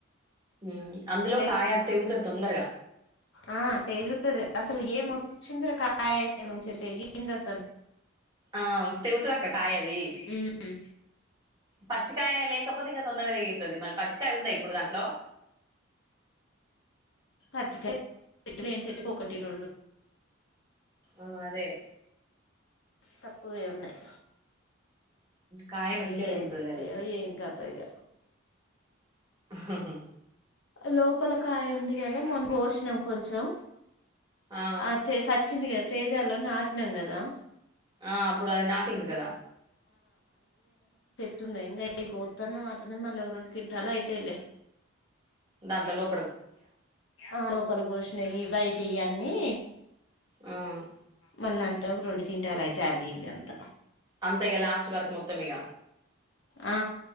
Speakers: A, on the right; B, on the left.
A: ఉ అందులో
B: లేకపోతే
A: కాయ తెగుతది తొందరగా
B: ఆ తెగుతది అసలు ఏం వచ్చింద్ర కాయ అయితె మంచిగ తెగింది అసలు
A: ఆ మస్త్ ఎగుతది అక్క కాయ అదీ
B: ఉమ్.
A: పచ్చికాయ లేకపోతే ఇంకా తొందరగా తెగితది మళ్ళి పచ్చికాయ ఉందా ఇప్ప్ ఇప్పుడ్ దాంట్లో
B: పచ్చికయ్ పెట్లేని చెట్టుకి ఒకటి రెండు
A: ఆ అదే
B: తక్కువే ఉన్నాయి
A: కాయ
B: మరి
A: మంచిగా
B: ఏం
A: తెగుతదిలే
B: చెత్తయె
A: అది
B: ఏం కతో ఇగ
A: ఆహాహ
B: లోపల కాయ ఉంది కదా మొన్ కోష్ణం కొంచెం
A: ఆ
B: అతె సచ్చింది కద్ తేజాలొ నాకినం గదా
A: ఆ అప్పుడు అది నాటిండ్రు కదా
B: తున్నాయి ఇంగవి కోత్తున్నం అట్లనే మళ్ళ రెండు కింటాలు అయితయిలె
A: దాంట్ల లో
B: ఆ లోపల బోషినయీ బయటయీ అన్నీ
A: అయ్
B: మళ్ళ అంతవ్ రెండు కింటాలెయితయ్ అవి ఇవి అంత
A: అంత ఇగ లాస్ట్ వరకు మొత్తం ఇగ
B: ఆ